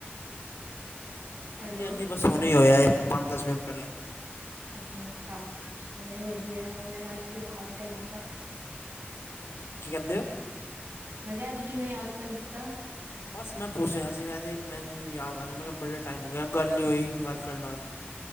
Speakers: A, on the right (about 65°); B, on the left (about 80°).
A: ਹੈਲੋ,
B: ਹਾਂਜੀ ਹਾਂਜੀ। ਬਸ ਹੁਣੇ ਈ ਹੋਇਆ ਏ, ਪੰਜ-ਦਸ ਮਿੰਟ ਪੈਲਾਂ ਈ।
A: ਅੱਛਾ ਅੱਛਾ, ਚਲੋ ਵਧੀਆ।
B: ਹਾਂਜੀ
A: ਹੋਰ ਅੱਜ ਕਿਵੇਂ ਯਾਦ ਕਰ ਲਿਤਾ।
B: ਕੀ ਕੈਂਦੇ ਓ?
A: ਮੈਂ ਕਿਆ ਅੱਜ ਕਿਵੇਂ ਯਾਦ ਕਰ ਲਿਤਾ।
B: ਬਸ ਮੈਂ ਪੁੱਛ ਰਿਆ ਸੀ ਵੈਸੇ ਈ ਮੈਨੂੰ ਯਾਦ ਆ ਗਿਆ। ਮੈਂ ਕਿਆ ਬੜੇ ਟਾਈਮ ਹੋ ਗਿਆ ਗੱਲ ਨੀਂ ਹੋਈ। ਗੱਲ ਕਰਨਾ ਅੱਜ।